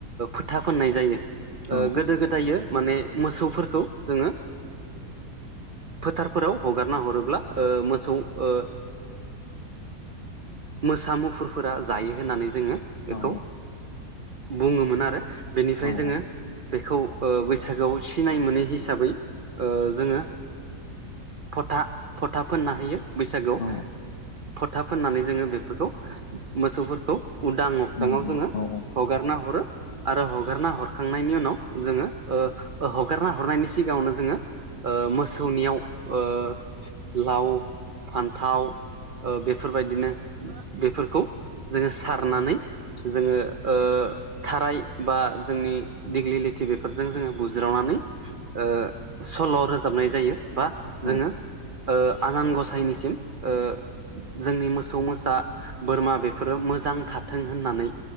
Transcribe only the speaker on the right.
फोथा फोननाय जायो। ओ
गोदो गोदायो माने मोसौफोरखौ जोङो फोथारफोराव हगारना हरोब्ला ओ मोसौ ओ मोसा मुफुरफोरा जायो होननानै जोङो बेखौ
बुङोमोन आरो। बेनिफ्राय
जोङो बेखौ बैसागुआव सिनाय मोनै हिसाबै जोङो फोथा फोथा फोनना होयो। बैसागुआव
फोथा फोननानै जोङो बेफोरखौ मोसौफोरखौ उदाङाव अख्रांआव
जोङो
हगारना हरो। आरो हगारना हरखांनायनि उनाव जोङो हगारना हरनायनि सिगाङावनो जोङो ओ मोसौनियाव ओ लाव फान्थाव बेफोरबायदिनो बेफोरखौ जोंङो सारनानै जोंङो ओ थाराय बा जोंनि दिग्लिलिथि बेफोरजों जोङो बुज्रावनानै ओ सल' रोजाबनाय जायो बा जोंङो
ओ आनान गसाइनिसिम ओ जोंनि मोसौ मोसो फिसा बोरमा बेफोरो मोजां थाथों होननानै